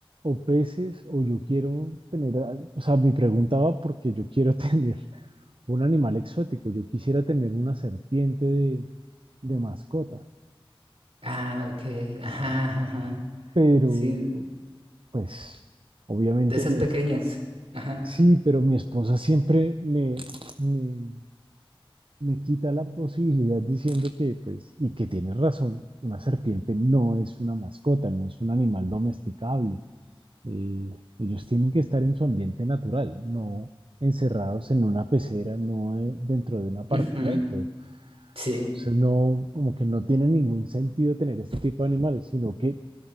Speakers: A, on the right; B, on the right.
A: o peces, o yo quiero tener, al- o sea, mi pregunta va porque yo quiero <laughs> tener un animal exótico. Yo quisiera tener una serpiente de, de mascota,
B: Ah, ok. Ajá, ajá. ajá.
A: pero
B: Sí,
A: pues obviamente
B: de esas
A: mi-
B: pequeñas. Ajá.
A: sí, pero mi esposa siempre me, me me quita la posibilidad diciendo que, pues, y que tienes razón, una serpiente no es una mascota, no es un animal domesticable. Eh, ellos tienen que estar en su ambiente natural, no encerrados en una pecera, no eh, dentro de un apartamento.
B: Ujú. Sí.
A: Entonces, no, como que no tiene ningún sentido tener este tipo de animales, sino que